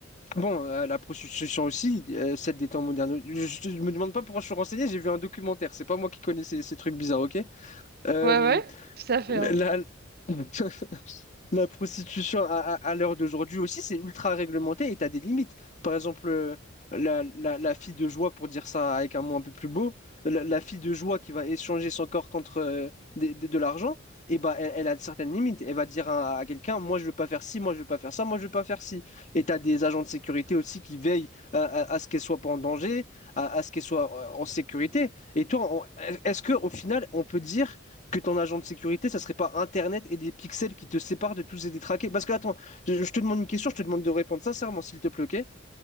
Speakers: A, on the left; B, on the right.
A: bon, à la prostitution aussi, euh, celle des temps modernes. Je, je- me demande pas pourquoi je suis renseigné, j'ai vu un documentaire. C'est pas moi qui connais ces, ces trucs bizarres, ok? Euh,
B: Ouais, ouais, tout à fait,
A: la,
B: hein.
A: <laughs> La prostitution à, à- à l'heure d'aujourd'hui aussi, c'est ultra réglementé et tu as des limites. Par exemple, euh, la, la- la fille de joie, pour dire ça avec un mot un peu plus beau, la, la fille de joie qui va échanger son corps contre euh, des- des- de, l'argent, et bah, elle, elle a certaines limites. Elle va dire à, à quelqu'un, moi je veux pas faire ci, moi je veux pas faire ça, moi je veux pas faire ci. Et tu as des agents de sécurité aussi qui veillent à, à- à ce qu'elle soit pas en danger, à, à ce qu'elle soit euh, en sécurité. Et toi, on- est-ce que au final, on peut dire que ton agent de sécurité, ça serait pas Internet et des pixels qui te séparent de tous et des traqués Parce que, attends, je, je te demande une question, je te demande de répondre sincèrement, s'il te plaît, ok